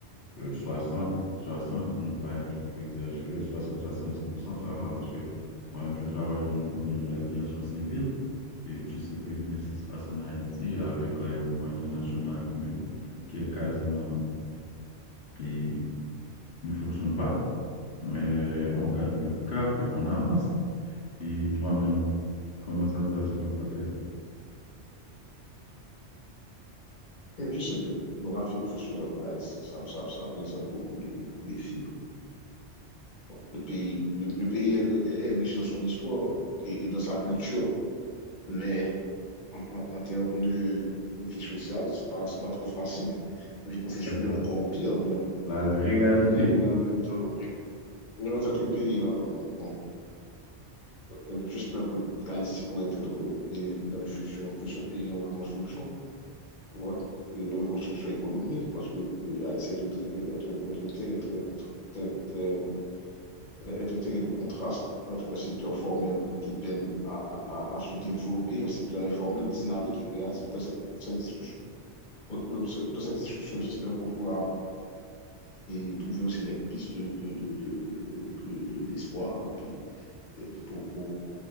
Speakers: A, on the left; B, on the left.
A: euh, 60 60 pour ne pas être trop exagéré, soixante soixante dix pour cent ça va parce que moi-même, je travaille dans le domaine de l'aviation civile et tu sais très bien ce qui se passe en Haïti avec l'aéroport international qui, ne, qui est quasiment et ne fonctionne pas, mais on garde le cap et on avance. Et toi-même, comment ça passe de ton côté?
B: Et puis, c'est que dans la vie professionnelle en Haïti, ça, ça, ça présente beaucoup de défis. Bon, le pays, le, le pays est, est- est riche dans son histoire et, et dans sa culture, mais en, en- en termes de vie sociale, c'est pas, c'est pas trop facile. Vie professionnelle,
A: Exactement.
B: encore pire, mais,
A: La réalité.
B: mais, mais en même temps, mais en tant que pays, euh, euh, bon, euh, j'espère que Haïti pourrait être euh, et dans le futur plus un pays en reconstruction, tu vois, et une reconstruction économique, parce que euh, Haïti est un, tri- est un- est un terrain très, contra- très, très- est un terrain de contraste entre un secteur formel qui peine à, à- à- à se développer et un secteur informel dynamique et créatif. Dans cette cette discussion, Bon, bon, ce- Dans cette discussion, j'espère qu'on pourra eh, trouver aussi des pistes de, de, de, de, de- de- de- de- d'espoir, et puis des- des- pour, pour,